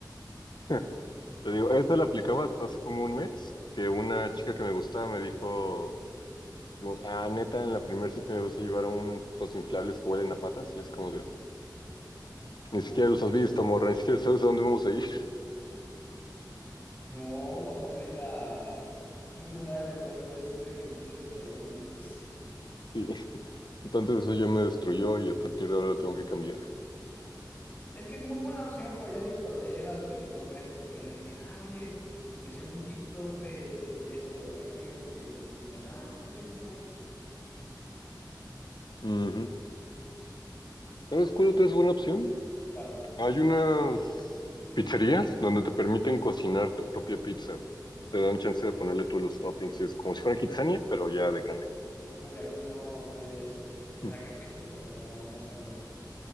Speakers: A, on the left; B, on the left.
A: <laughs> Te digo, esta la aplicaba hasta hace como un mes, que una chica que me gustaba me dijo, digo, ah, neta, en la primera cita me vas a llevar a un, los inflables que huelen a patas, y es como de,
B: ¿no?
A: Ni siquiera los has visto, morra, ni siquiera sabes a dónde vamos a ir. <laughs>
B: No, vamos a ir a un lugar en el cual puedes hacer ejercicios aeróbicos. <laughs>
A: Sí. Entonces eso ya me destruyó y a partir de ahora lo tengo que cambiar.
B: Es que es muy buena opción, pero ya digo, cuando ya llevas de que dos meses con ella, de que, ah, oye, me sé un TikTok de esto, hay que ir o que ya te digan, ah, no, pues sí, vamos.
A: Ujú. ¿Sabes cuál otra es buena opción?
B: ¿Cuál?
A: Hay unas pizzerías donde te permiten cocinar tu propia pizza. Te dan chance de ponerle tú los toppings y eso, como si fuera Kitsania, pero ya de grande.
B: Uy, aquí no, no hay de eso. O
A: Mm.
B: sea, creo que sí, pero no, no sé en dónde.